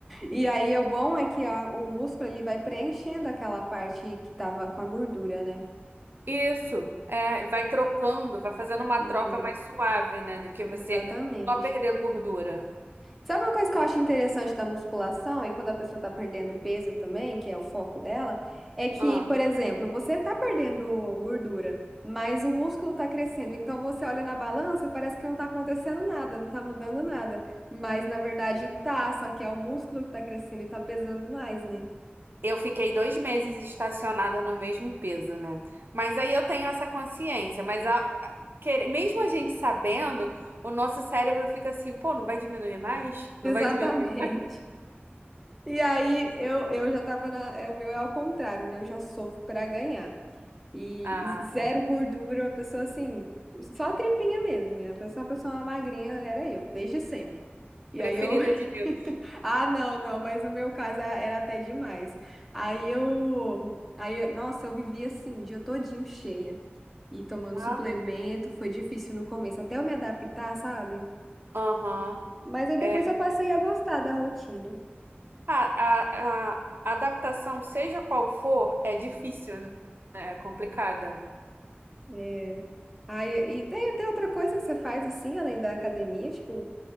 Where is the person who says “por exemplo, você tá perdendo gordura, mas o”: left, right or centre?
Centre